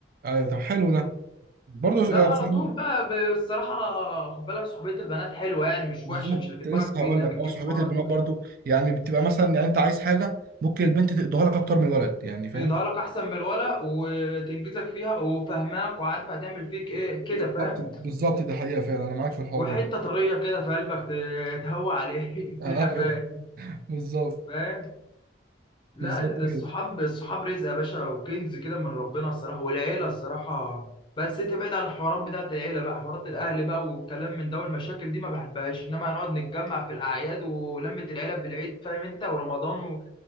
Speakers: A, on the right (about 50°); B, on the left (about 25°).
A: ايوه طب حلو ده برضو ز-
B: لا
A: آه،
B: على
A: صحاب-
B: طول بقى ب- الصراحة خد بالك صحوبية البنات حلوة يعني مش
A: بالظبط
B: وحشة مش اللي في دماغك
A: لسه
B: فيه
A: هقول
B: إنها
A: لك
B: بتجيب
A: اه صحوبيه
B: حوارات
A: البنات
B: وكده
A: برضو يعني بتبقى مثلا يعني انت عايز حاجه ممكن البنت تقضيها لك اكتر من الولد يعني فاهم
B: تقضيها لك أحسن من الولا وتنجزك فيها وفاهماك وعارفة هتعمل فيك إيه كده
A: بالظبط
B: فاهم
A: بالظبط دي حقيقه فعلا انا معاك في الحوار
B: وحتة
A: ده
B: طرية كده في قلبك ت- تهوى عليه <laughs> الدنيا
A: آه،
B: فاهم
A: ايوه بالظبط
B: فاهم لا
A: بالظبط
B: الصحاب
A: كده
B: الصحاب رزق يا باشا وكنز كده من ربنا الصراحة والعيلة الصراحة بس انت بعيد عن الحوارات بتاعت العيلة بقى حوارات الأهل بقى والكلام من ده والمشاكل دي ما بحبهاش إنما هنقعد نتجمع في الأعياد ولمة العيلة في العيد فاهم انت ورمضان و...